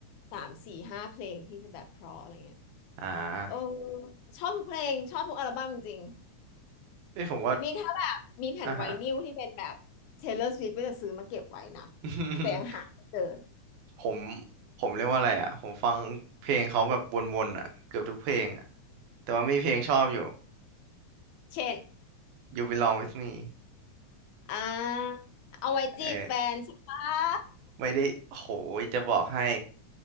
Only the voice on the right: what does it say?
อ่า
เอ้ยผมว่า
อ่ะฮะ
<laughs>
ผมผมเรียกว่าอะไรอ่ะผมฟังเพลงเขาแบบวนๆอ่ะเกือบทุกเพลงอ่ะแต่ว่ามีเพลงชอบอยู่
You Belong With Me
เออไม่ได้โหยจะบอกให้